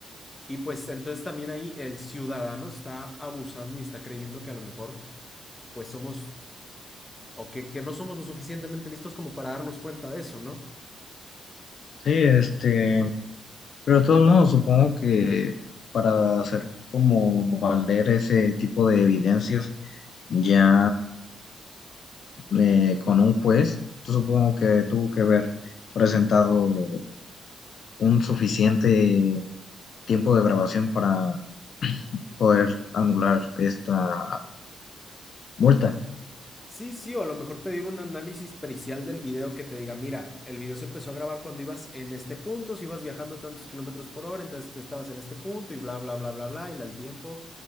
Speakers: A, on the left (about 15°); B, on the left (about 60°).
A: Y pues entonces también ahí el ciudadano está abusando y está creyendo que a lo mejor pues somos o que, que no somos lo suficientemente listos como para darnos cuenta de eso, ¿no?
B: Sí, este, pero de todos modos, supongo que para hacer como valer ese tipo de evidencias, ya eh, con un juez, yo supongo que tuvo que haber presentado un suficiente tiempo de grabación para poder anular esta multa.
A: Sí, sí, o a lo mejor pedir un análisis pericial del video que te diga, mira, el video se empezó a grabar cuando ibas en este punto, si ibas viajando tantos kilómetros por hora, entonces estabas en este punto y bla, bla, bla, bla, bla, y la- el tiempo